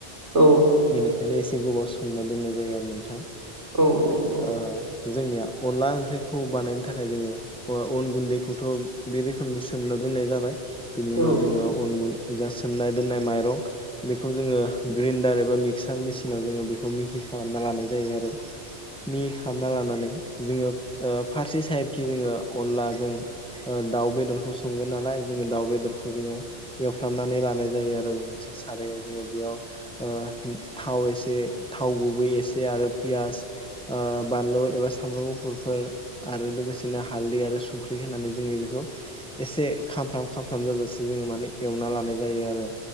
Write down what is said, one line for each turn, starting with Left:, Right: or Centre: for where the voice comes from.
Right: औ
Centre: बेनिखायनो एसे गोबाव सोमना दोननाय जायो आरो नोंथां
Right: औ औ औ
Centre: ओ जोंनिया अनला ओंख्रिखौ बानायनो थाखाय जोङो अन अन गुन्दैखौथ बे रोखोमनि सोमना दोननाय जाबाय बिनि उनाव
Right: औ
Centre: जोङो अन गुन जा सोमनाय दोननाय माइरं बेखौ जोङो ग्रिन्डार एबा एबा मिक्सार मिसिनाव जोङो बेखौ मिहि खालामना लानाय जायो आरो मिहि खामना लानानै जोङो ओ फारसे साइडखि जोङो अनला जों ओ‌ दाउ बेदरखौ संगोन नालाय जोङो दाउ बेदरखौ जोङो एवफ्रामनानै लानाय जायो आरो गंसे सारायाव जोङो बेयाव ओ थाव एसे थाव गुबै एसे आरो पियास ओ बानलु एबा सामब्राम गुफुर गुफुरफोर आरो लोगोसेनो हालदै आरो संख्रि होननानै जोङो बेखौ एसे खामफ्राम खाम फ्राम जाजासे जोङो माने एवना लानाय जायो आरो